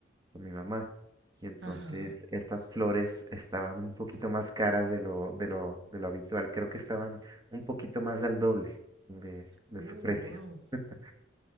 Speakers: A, on the right (about 20°); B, on the right (about 90°).
A: para mi mamá y entonces
B: Ajá.
A: estas flores estaban un poquito más caras de lo, de lo, de lo habitual, creo que estaban un poquito más del doble de, de
B: Uh,
A: su precio.
B: wow,
A: <laughs>